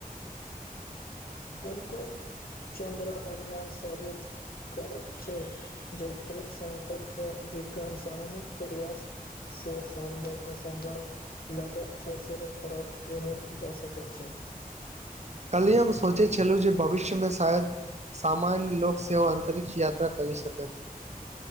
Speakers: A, on the left; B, on the right.
A: बिल्कुल चन्द्रअ अभियान साबित करत छै। जे दृढ़ संकल्प विज्ञान सामुहिक प्रयास से सम्भव असम्भव लागत छै सेहो प्राप्त एहन जा सकैत छै
B: काल्हि हम सोचै छलहुँ जे भविष्यमे शायद सामान्य लोक सेवा अंतरिक्ष यात्रा करि सके